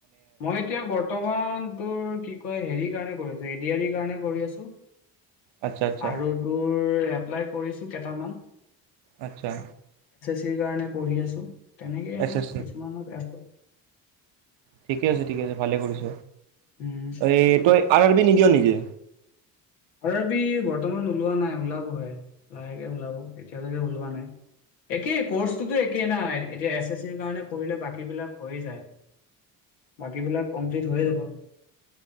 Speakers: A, on the left; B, on the right.
A: মই এতিয়া বৰ্তমান তোৰ কি কয় হেৰি কাৰণে কৰিছোঁ।। য়াৰ কাৰণে কৰি আছো <inaudible>
B: আচ্ছা আচ্ছা
A: আৰু তোৰ।। এপ্লাই কৰিছো কেইটামান।
B: আচ্ছা।
A: সেই কাৰণে পঢ়ি আছো। তেনেকেই আৰু
B: এছ এছ চি
A: কিছুমানত আছো।।
B: ঠিকে আছে ঠিকে আছে ভালে কৰিছ।
A: উম
B: এই তই।। আৰ আৰ বি নিদিয় নেকি?
A: আৰু বৰ্তমান ওলোৱা নাই। ওলাবহে লাহেকে ওলাব এতিয়ালৈকে ওলোৱা নাই একেই আৰ আৰ বি বৰ্তমান ওলোৱা নাই। ওলাব হে লাহে কে ওলাব এতিয়া লৈকে ওলোৱা নাই একেই কৰ্চটোতো একেই না এতিয়া এছ এছ চিৰ কাৰণে পঢ়িলে বাকী বিলাক হৈয়ে যায় বাকী বিলাক কমপ্লিট হৈয়ে যাব।